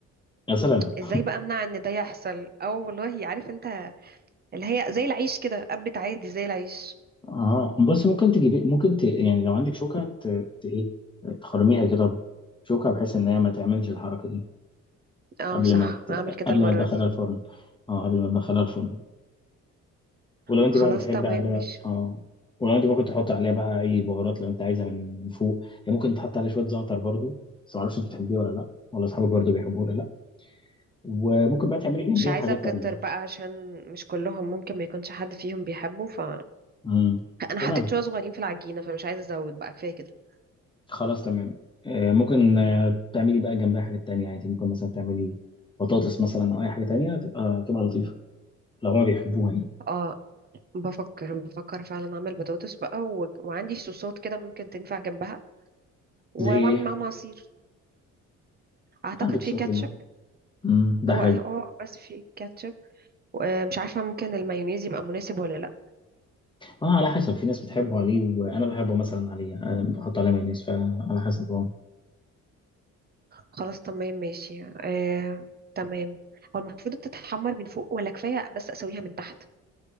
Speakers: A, on the left; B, on the right.
A: يا سلام
B: ازاي بقى امنع ان ده يحصل او والله عارف انت اللي هي زي العيش كده قبت عادي زي العيش
A: اه بص ممكن تجيبي ممكن ت... يعني لو عندك شوكه ت... ت... ايه تخرميها كده بشوكه بحيث ان هي ما تعملش الحركه دي
B: اه
A: قبل
B: صح
A: ما ت...
B: هعمل كده
A: قبل
B: المره
A: ما تدخلها
B: دي
A: الفرن اه قبل ما تدخلها الفرن ولو انت
B: خلاص
A: بقى بتحبي
B: تمام
A: عليها
B: مش
A: اه ولو انت ممكن تحط عليها بقى اي بهارات لو انت عايزه من فوق هي ممكن تحط عليها شويه زعتر برضو بس ما اعرفش انت بتحبيه ولا لا ولا اصحابك برضو بيحبوه ولا لا وممكن بقى تعملي جنبيها
B: مش عايزه
A: حاجات
B: اكتر
A: تانية
B: بقى عشان مش كلهم ممكن ما يكونش حد فيهم بيحبه فانا
A: امم
B: حطيت
A: تمام
B: شويه صغيرين في العجينه فمش عايزه ازود بقى كفايه كده
A: خلاص تمام آه ممكن آه تعملي بقى جنبها حاجات تانية يعني ممكن مثلا تعملي بطاطس مثلا او اي حاجه تانية تبقى تبقى لطيفه لو هما بيحبوها يعني
B: اه بفكر بفكر فعلا اعمل بطاطس بقى و... وعندي صوصات كده ممكن تنفع جنبها و-
A: زي
B: واعمل
A: ايه
B: معاهم عصير اعتقد
A: عندك
B: في
A: صوتين
B: كاتشب
A: امم ده
B: هو
A: حلو
B: اه آه، بس في كاتشب آه، مش عارفه ممكن المايونيز يبقى مناسب ولا لا
A: اه على حسب في ناس بتحبه عليه وانا بحبه مثلا عليه آه بحط عليه مايونيز فعلى حسب اه
B: خلاص تمام ماشي آه، تمام هو المفروض تتحمر من فوق ولا كفايه بس اسويها من تحت